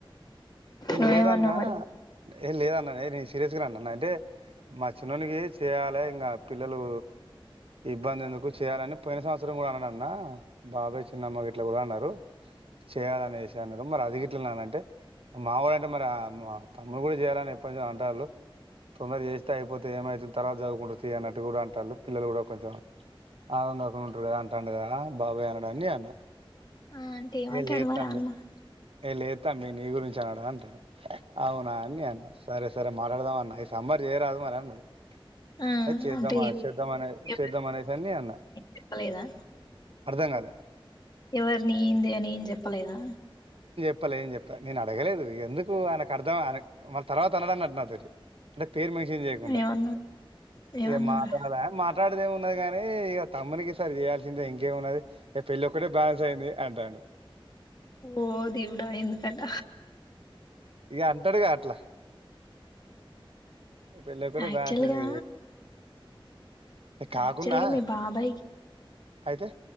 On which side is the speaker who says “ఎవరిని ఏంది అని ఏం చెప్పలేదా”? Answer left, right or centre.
Left